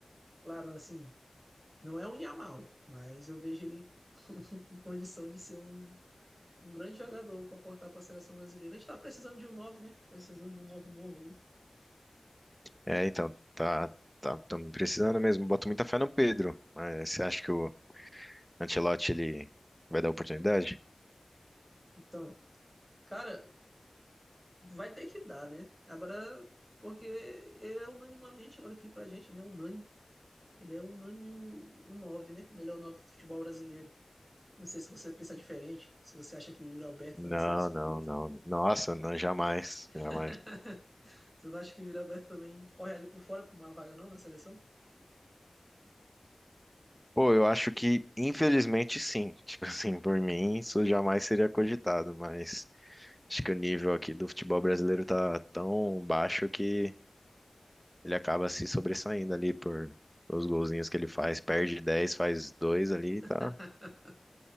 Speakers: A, on the right (about 20°); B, in the centre.
A: Claro, assim, não é um Yamal, mas eu vejo ele <laughs> com condição de ser um, um grande jogador para aportar para a seleção brasileira. A gente tá precisando de um nove né? Precisando de um 9 novo aí.
B: É, então, tá, tá, tamo precisando mesmo. Boto muita fé no Pedro. Mas você acha que o Ancelotti ele vai dar oportunidade?
A: Então, cara, vai ter que dar, né? Agora, porque é unanimamente agora aqui pra gente, né? Unânime Ele é unânime o, o 9, né? Melhor 9 do futebol brasileiro. Não sei se você pensa diferente, se você acha que o Yuri Alberto
B: Não,
A: tá nessa disputa.
B: não, não. Nossa, não, jamais,
A: <laughs>
B: jamais.
A: Você não acha que o Yuri Alberto também corre ali por fora pra uma vaga não na seleção?
B: Pô, eu acho que, infelizmente, sim. <laughs> Tipo assim, por mim, isso jamais seria cogitado, mas acho que o nível aqui do futebol brasileiro tá tão baixo que ele acaba se sobressaindo ali por os golzinhos que ele faz. Perde 10 faz 2 ali, tá?
A: <laughs>